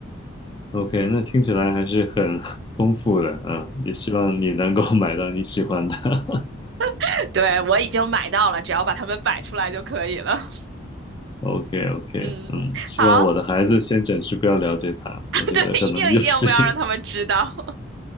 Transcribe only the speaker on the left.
<laughs>，OK，那听起来还是很丰富的，嗯，也希望你能够 <laughs> 买到你喜欢的。<laughs>
o k o k
嗯，希望我的孩子先暂时不要了解它，
我觉得可能又是
<laughs>